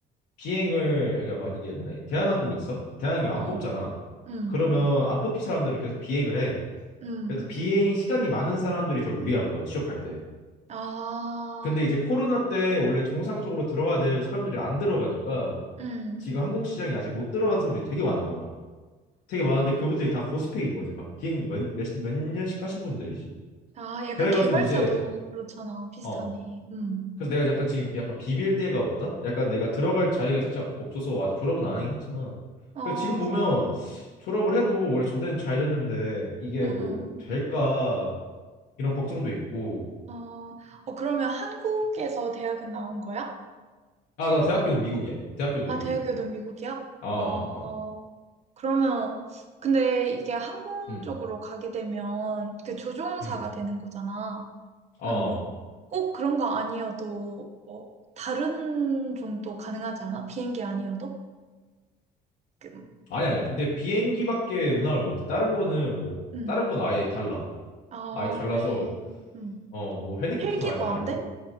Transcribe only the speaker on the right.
어, 어,
응,
응.
아.
음.
아, 약간
개발자도
그렇잖아. 비슷하네.
음.
어,
음.
어, 어, 그러면 한국에서 대학은 나온 거야?
아,
대학교는 미국이야?
어,
그러면, 근데 이게 항공
쪽으로 가게 되면 그 조종사가
되는 거잖아. 그럼
뭐, 꼭 그런 거 아니어도, 뭐, 다른 종도 가능하지 않아? 비행기 아니어도? 그,
음.
아,
그래. 음.
헬기도
안 돼?